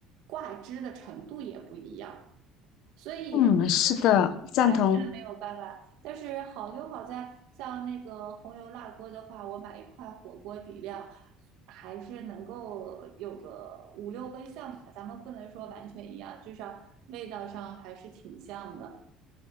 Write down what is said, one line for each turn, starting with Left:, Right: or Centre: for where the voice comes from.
Right: 挂汁的程度也不一样。所以就是
Left: 嗯，是的，赞同。
Right: 完全没有办法。但是好就好在，像那个红油辣锅的话，我买一块火锅底料，还是能够有个五六分像吧。咱们不能说完全一样，至少味道上还是挺像的。